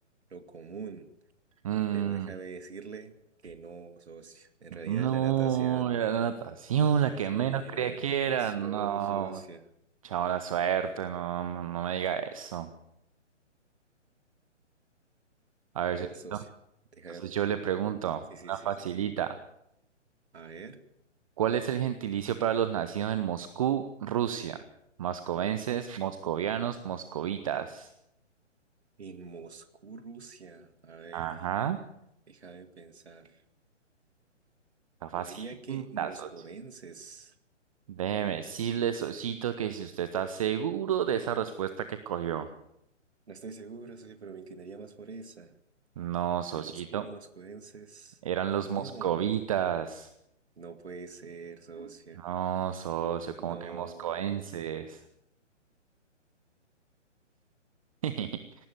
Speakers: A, on the right; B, on the right.
A: lo común,
B: Mm,
A: pero déjame decirle que no, socio. En realidad
B: no,
A: es la natación.
B: era la natación, la que
A: Sí,
B: menos creía
A: era la
B: que
A: natación,
B: era. No,
A: socio.
B: chao la suerte, no, no, no me diga eso. A ver,
A: A ver,
B: Sosito,
A: socio, déjame.
B: entonces yo le pregunto,
A: Sí, sí,
B: una
A: sí,
B: facilita.
A: sí, sí. A ver,
B: ¿Cuál es el gentilicio para los nacidos en Moscú, Rusia? Moscovenses, moscovianos, moscovitas.
A: en Moscú, Rusia. A ver,
B: Ajá,
A: déjame pensar.
B: está facilita,
A: Yo diría que moscovenses.
B: socio. Déjeme decirle, Sosito, que si usted está seguro de esa respuesta que cogió.
A: No estoy seguro, socio, pero me inclinaría más por esa.
B: No, Sosito,
A: Que Moscú, moscovenses.
B: eran los
A: No.
B: moscovitas.
A: No puede ser, socia.
B: No, socio, como
A: No.
B: que moscoenses. <laughs>